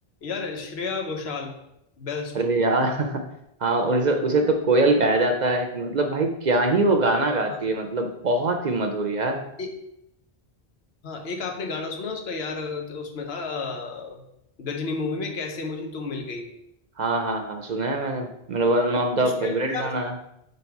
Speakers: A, on the left; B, on the right.
A: यार श्रेया घोषाल बेस्ट
B: अरे यार <laughs> हाँ उसे उसे तो कोयल कहा जाता है मतलब भाई क्या ही वो गाना गाती
A: हाँ
B: है मतलब बहुत ही मधुर यार
A: ए- हाँ एक आपने गाना सुना उसका यार तो उसमें था अ, गजनी मूवी में कैसे मुझे तुम मिल गई
B: हाँ हाँ हाँ सुना है मैंने मेरा वन ऑफ द
A: उसमें
B: फेवरेट
A: जो यार
B: गाना है